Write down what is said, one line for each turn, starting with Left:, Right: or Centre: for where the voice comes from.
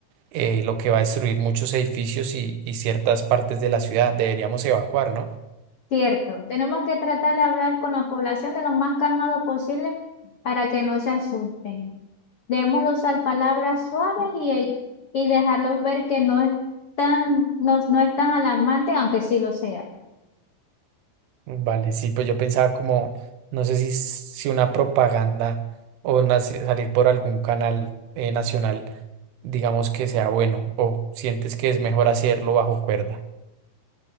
Right: eh, lo que va a destruir muchos edificios y, y ciertas partes de la ciudad. Deberíamos evacuar, ¿no?
Left: Cierto, tenemos que tratar de hablar con la población de lo más calmado posible para que no se asusten. Debemos de usar palabras suaves y, y dejarlos ver que no es tan, no, no es tan alarmante, aunque sí lo sea.
Right: Vale, sí, pues yo pensaba como, no sé si, si una propaganda o una- salir por algún canal eh, nacional, digamos que sea bueno, o sientes que es mejor hacerlo bajo cuerda.